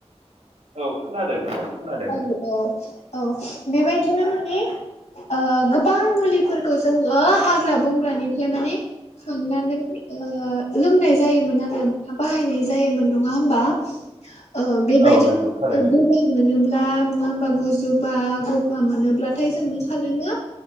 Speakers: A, on the right; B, on the left.
A: औ खोनादों नोंथां खोनादों
B: औ औ औ बेबायदिनो माने ओ गोबां मुलिफोरखौ जोङो हाग्ला बं ग्रानिफ्राय माने खांनानै लोंनाय जायोन आरो बनाय जायो मोन नङा हमबा ओ बेबायदि
A: औ नंगौ थारैनो
B: <unintelligible> मोनोब्ला नङा होमबा गुजुबा गा मोब्लाथाय जों मा खालामो